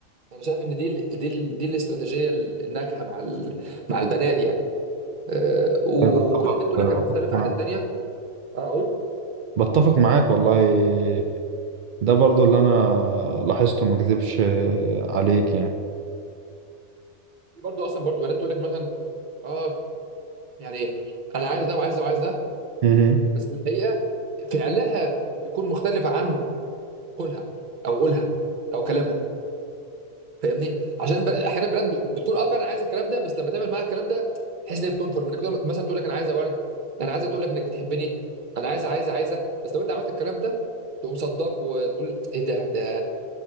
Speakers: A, on the right; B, on the right.
A: انا شايف ان دي ال دي ال دي الاستراتيجيه الناجحه مع ال مع البنات يعني آه، وكل
B: بتفق
A: بنت تقول لك انا مختلفه
B: مع-
A: عن التانيه اه قول
B: بتفق معاك والله ده برضو اللي انا لاحظته ما اكذبش عليك يعني
A: في برضه اصلا برضه بنات تقول لك مثلا اه يعني انا عايز ده وعايز ده وعايز ده
B: مم.
A: بس في الحقيقه فعلها يكون مختلف عن قولها او قولها او كلامها فاهمني عشان ب... احيانا بنات ب- بتكون اه فعلا عايزه الكلام ده بس لما تعمل معاها الكلام ده تحس ان هي بتنفر منك تقول- مثلا تقول لك انا عايزه ورد انا عايزه تقول لك انك بتحبني انا عايزه عايزه عايزه بس لو انت عملت الكلام ده تقوم صداك وتقول ايه ده ده